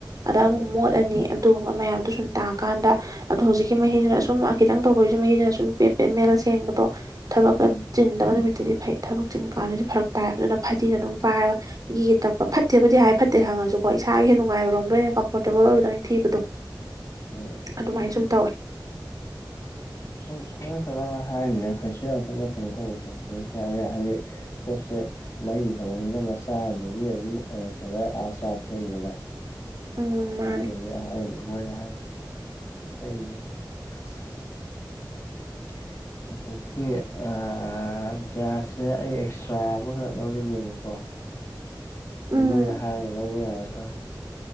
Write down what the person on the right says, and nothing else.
ꯑꯗ
ꯑꯃꯨꯛ ꯃꯣꯠꯂꯅꯤ ꯑꯗꯨꯒꯨꯝꯕ ꯃꯌꯥꯝꯗꯣ ꯁꯨꯝ ꯇꯥꯛꯑꯀꯥꯟꯗ ꯑꯗꯣ ꯍꯧꯖꯤꯛꯀꯤ ꯃꯍꯤꯗꯨꯅ ꯁꯨꯝ ꯈꯤꯇꯪ ꯇꯧꯕꯒꯤꯁꯨ ꯃꯍꯤꯗꯨꯅ ꯁꯨꯝ ꯄꯅ ꯑꯦꯝ ꯃꯦꯔ ꯁꯦꯡꯕꯗꯣ ꯊꯕꯛꯀ
ꯆꯤꯟꯗꯕ ꯅꯨꯃꯤꯠꯇꯗꯤ ꯐꯩ ꯊꯕꯛ ꯆꯤꯟ ꯀꯥꯟꯗꯗꯤ ꯐꯔꯛ ꯇꯥꯏꯑꯕ ꯑꯗꯨꯅ ꯐꯗꯤꯅ ꯑꯗꯨꯝ ꯄꯥꯏꯔꯒ ꯒꯤꯒꯤ ꯇꯛꯄ ꯐꯠꯇꯦꯕꯨꯗꯤ ꯍꯥꯏ ꯐꯠꯇꯦ ꯈꯪꯉꯖꯨꯀꯣ ꯏꯁꯥꯒꯤ ꯅꯨꯡꯉꯥꯏꯕꯔꯣꯝꯗꯣ ꯑꯣꯏꯅ ꯀꯝꯐꯣꯔꯠꯇꯦꯕꯜ ꯑꯣꯏꯕꯗꯣ ꯑꯣꯏꯟ ꯊꯤꯕꯗꯣ
ꯑꯗꯨꯃꯥꯏꯟ ꯁꯨꯝ ꯇꯧꯋꯦ
ꯎꯝ ꯃꯥꯅꯦ
ꯎꯝ